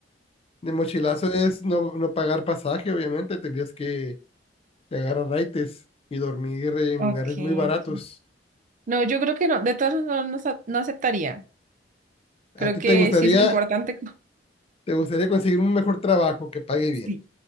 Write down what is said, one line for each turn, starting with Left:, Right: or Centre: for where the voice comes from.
Left: De mochilazo es no, no pagar pasaje, obviamente, tendrías que, que agarrar raites y dormir en
Right: Okay,
Left: lugares muy baratos.
Right: ok. No, yo creo que no, de todos modos no, no sa- no aceptaría.
Left: ¿A
Right: Creo
Left: ti
Right: que
Left: te gustaría,
Right: sí es importante. co-
Left: te gustaría conseguir un mejor trabajo que pague
Right: <laughs>
Left: bien?
Right: Sí,